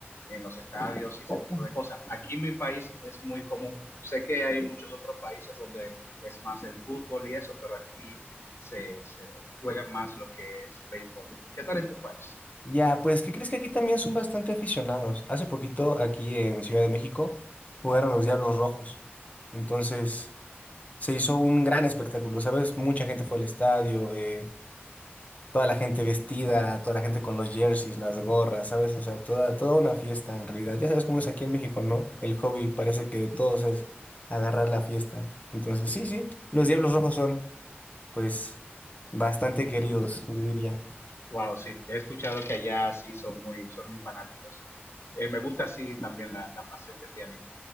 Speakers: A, on the left; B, on the left.
A: en los estadios y ese
B: O-
A: tipo de cosas. Aquí en mi país es muy común. Sé que hay muchos otros países donde es más el fútbol y eso, pero aquí se, se juega más lo que es béisbol. ¿Qué tal en tu país?
B: Ya, pues, ¿qué crees que aquí también son bastante aficionados? Hace poquito, aquí en Ciudad de México, jugaron los Diablos Rojos. Entonces, se hizo un gran espectáculo, ¿sabes? Mucha gente fue al estadio, eh, Toda la gente vestida, toda la gente con los jerseys, las gorras, ¿sabes? O sea, toda, toda una fiesta en realidad. Ya sabes cómo es aquí en México, ¿no? El hobby parece que de todos es agarrar la fiesta. Entonces, sí, sí, los Diablos Rojos son, pues, bastante queridos, yo diría.
A: Wow, sí, he escuchado que allá sí son muy, son muy fanáticos. Eh, me gusta así también la, la pasión que tienen.